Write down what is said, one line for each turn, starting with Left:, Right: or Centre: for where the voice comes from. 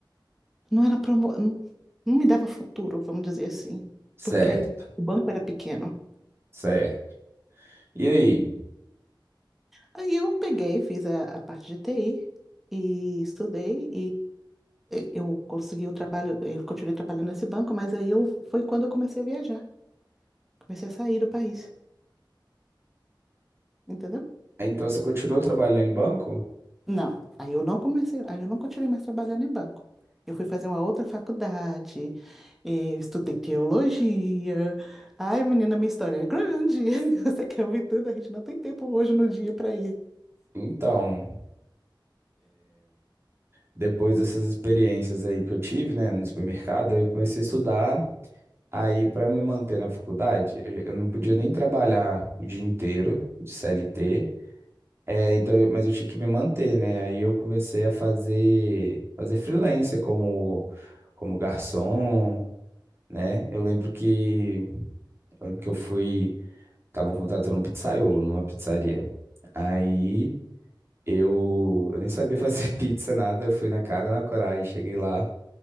Centre: não era promo, não, não me dava futuro, vamos dizer assim,
Right: Certo,
Centre: porque aí o banco era pequeno.
Right: certo. E aí?
Centre: Aí eu peguei, fiz a, a parte de TI e estudei eu consegui o trabalho, eu continuei trabalhando nesse banco, mas aí eu foi quando eu comecei a viajar, comecei a sair do país, entendeu?
Right: Então você continuou trabalhando em banco?
Centre: Não, aí eu não comecei, aí eu não continuei mais trabalhando em banco. Eu fui fazer uma outra faculdade, eh, estudei teologia. Ai, menina, minha história é grande. <laughs> Você quer ouvir tudo? A gente não tem tempo hoje no dia para isso.
Right: Então, depois dessas experiências aí que eu tive, né, no supermercado, aí eu comecei a estudar. Aí, para me manter na faculdade, eu eu não podia nem trabalhar o dia inteiro de CLT, é, então, eu- mas eu tinha que me manter, né? Aí eu comecei a fazer, fazer freelancer como, como garçom, né? Eu lembro que, eu lembro que eu fui, estavam contratando um pizzaiolo numa pizzaria. Aí eu, eu nem sabia fazer <laughs> pizza, nada, eu fui na cara, e na coragem, cheguei lá.